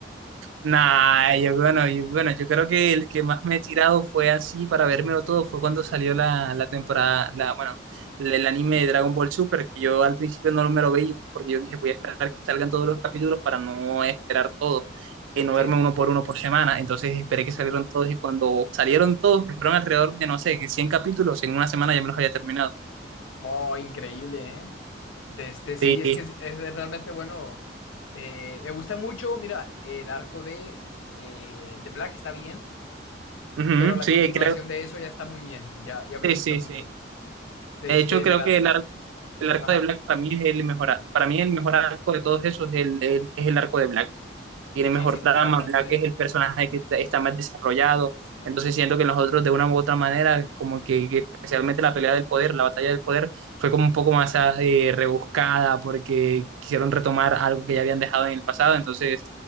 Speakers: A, on the right (about 80°); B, on the left (about 90°).
A: Nah, yo, bueno, yo, bueno, yo creo que el que más me he tirado fue así para vérmelo todo, fue cuando salió la, la temporada, la, bueno, el anime de Dragon Ball Super, que yo al principio no me lo veía porque yo dije voy a esperar que salgan todos los capítulos para no esperar todo, y no
B: Sí.
A: verme uno por uno por semana, entonces esperé que salieron todos y cuando salieron todos, que fueron alrededor de, no sé, que 100 capítulos, en una semana ya me los había terminado.
B: Oh, increíble, ¿eh? De este, sí,
A: Sí,
B: es que es, es realmente bueno. Eh, me gusta mucho, mira, el arco de, eh, de Black está bien.
A: ujú,
B: pero la
A: sí,
B: continuación
A: creo,
B: de eso ya está muy bien, ya, ya me
A: sí,
B: gusta
A: sí,
B: mucho.
A: sí.
B: Desde
A: De hecho, creo
B: en el arc,
A: que el, ar- el arco
B: ajá,
A: de Black para mí es el mejor, ar- para mí el mejor arco de todos esos, el- el- es el arco de Black. Tiene mejor
B: sí, sí,
A: trama,
B: totalmente.
A: Black es el personaje que está, está más desarrollado, entonces siento que los otros de una u otra manera, como que, que especialmente la pelea del poder, la batalla del poder, fue como un poco más ah, eh, rebuscada porque quisieron retomar algo que ya habían dejado en el pasado, entonces